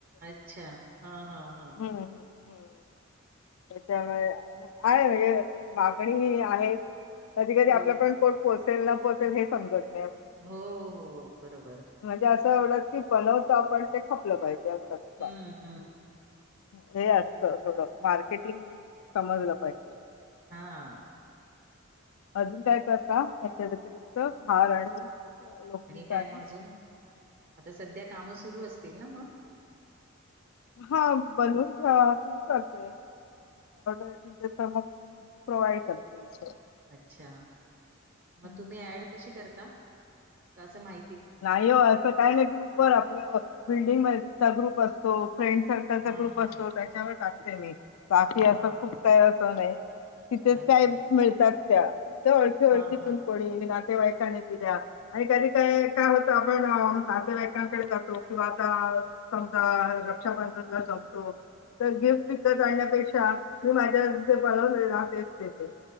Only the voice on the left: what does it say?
हम्म हम्म ह त्याच्यामुळे आहे म्हणजे मागणी आहेत. कधी कधी आपल्या
पण कोण पोहोचेल न पोहचेल हे समजत.
म्हणजे असं एवढ की बनवत आपण ते खपलं पाहिजे.
बा
हे असत थोडं मार्केटिंग समजलं पाहिजे.
अजून काय करता याच्या व्यतिरिक्त हार आणि नोकरीचा
आणि
हा बोलून ज ऑर्डर येतील तस मग प्रोवाइड करते. हम्म,
हम्म.
नाही हो असं काय नाही ग्रुप वर आपले बिल्डिंग मचा ग्रुप असतो. फ्रेंड सर्कलचा
ग्रुप
असतो त्याच्यावर टाकते मी बाकी असं
खूप
काही असं नाही. तिथेच
काय मिळतात त्या त्या ओळखी ओळखीतून
कोणी ना ईनी दिल्या आणि कधी काय काय होत आपण नातेवाईकांकडे जातो किंवा आता समजा रक्षाबंधनला तो तर गिफ्ट विकत आणण्यापेक्षा मी माझ्या जे बनवले ना तेच देते